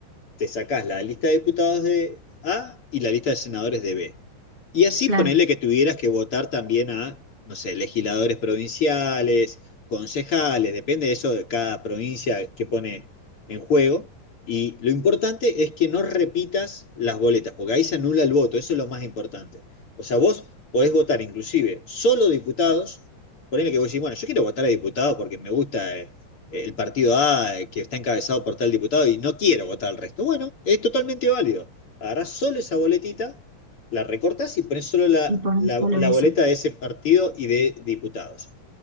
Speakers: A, on the left; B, on the right.
A: te sacás la lista de diputados de A y la lista de senadores de B. Y así
B: claro.
A: ponerle que tuvieras que votar también a, no sé, legisladores provinciales, concejales, depende de eso de cada provincia que pone en juego. Y lo importante es que no repitas las boletas, porque ahí se anula el voto, eso es lo más importante. O sea, vos podés votar inclusive solo diputados, ponele que vos decís, bueno, yo quiero votar a diputado porque me gusta eh, el partido A eh, que está encabezado por tal diputado y no quiero votar al resto. Bueno, es totalmente válido. Agarrás solo esa boletita, la recortás y pones solo la,
B: Y poner
A: la,
B: solo
A: la,
B: eso.
A: boleta de ese partido y de diputados.